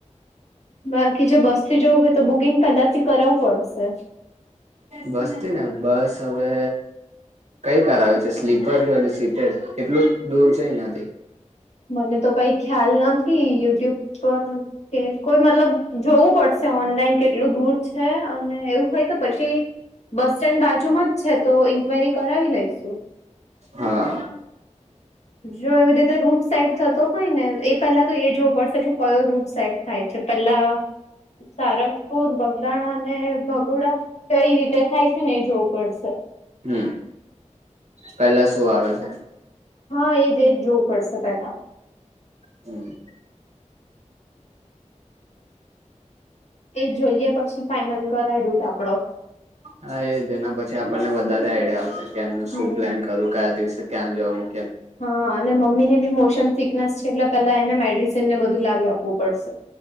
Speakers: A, on the left; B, on the right.
A: બાકી જો બસ થી જવું હોય તો બુકિંગ પેલા થી કરાવવું પડશે
B: બસથી ને બસ હવે કઈ કાર આવે છે સ્લીપર કે સીપેડ કેટલું દૂર છે અહિયાંથી
A: મને તો કઈ ખ્યાલ નથી યુટ્યુબ પર કે કોઈ મતલબ જોવું પડશે ઓનલાઈન કેટલું દૂર છે અને એવું હોય તો પછી બસ સ્ટેન્ડ બાજુમાં છે તો ઇન્ક્વાયરી કરાવી લઈશુ
B: હા
A: જો એવી રીતે રૂટ સાઇડ થતો હોય ને એ પેલા તો એ જોવું પડશે કે કયો રૂટ સાઇડ થાય છે. પહેલા સારંગ પુર બગદાણા અને ભઘોડા તે કઈ રીતે થાય છે ને એ જોવું પડશે
B: હમ પેલા શું આવે છે
A: હા એજ એજ જોવું પડશે પેલાા
B: હમ
A: એ જોઈએ પછી ફાાઈનલ કરાય રૂટ આપડો
B: હા એજ એના પછી આપણને વધારે આઈડિયા આવશે કે એમનું શું
A: હમ
B: પ્લાન કરવું કયા દિવસે ક્યાં જવાનું
A: હા અને મમ્મી ને બી મોશન સિકનેસ છે એટલે પેલા એને મેડિસન ને બધું લાવી આપવું પડશે